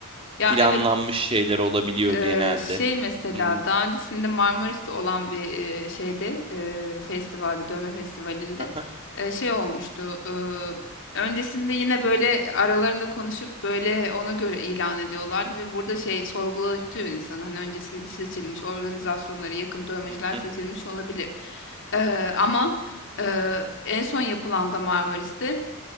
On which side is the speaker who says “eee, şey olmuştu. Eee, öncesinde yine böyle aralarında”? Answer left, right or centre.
Left